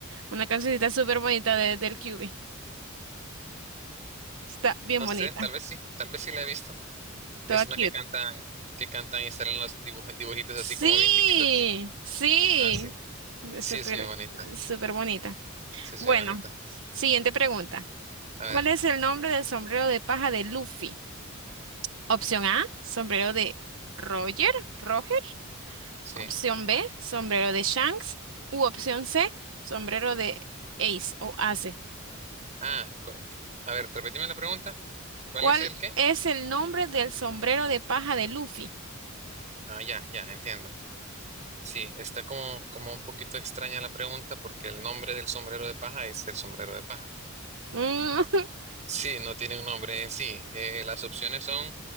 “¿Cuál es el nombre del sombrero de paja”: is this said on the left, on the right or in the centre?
Right